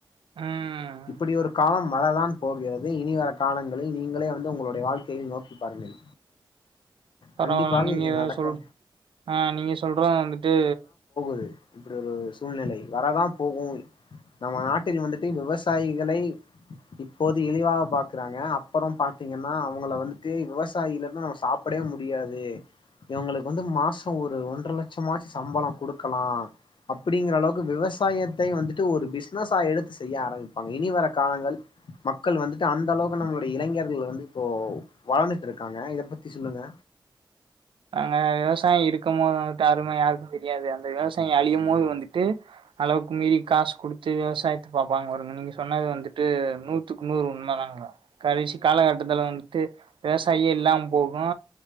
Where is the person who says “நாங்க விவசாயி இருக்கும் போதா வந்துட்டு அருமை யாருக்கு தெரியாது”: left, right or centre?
Right